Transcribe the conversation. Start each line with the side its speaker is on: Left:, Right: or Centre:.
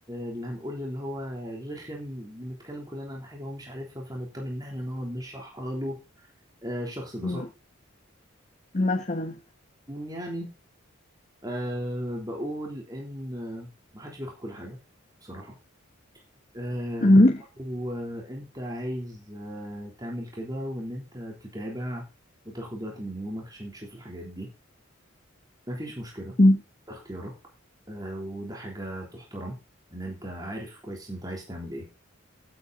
Right: اللي هنقول اللي هو رخم بنتكلم كلنا عن حاجة هو مش عارفها فنضطر ان احنا نقعد نشرحها له آه الشخص ده
Left: م-
Right: صح
Left: مثلا
Right: يعني آه بقول ان آه، محدش بياخد كل حاجة بصراحة آه
Left: م-
Right: لو آه، انت عايز آه تعمل كده وان انت تتابع وتاخد وقت من يومك عشان تشوف الحاجات دي مفيش مشكلة ده
Left: م-
Right: اختيارك آه وده حاجة تحترم ان انت عارف كويس انت عايز تعمل ايه